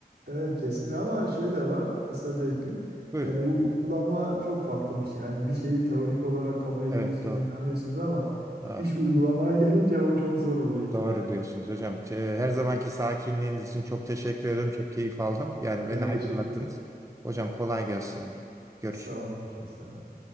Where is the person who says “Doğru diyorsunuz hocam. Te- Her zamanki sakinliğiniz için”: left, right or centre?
Right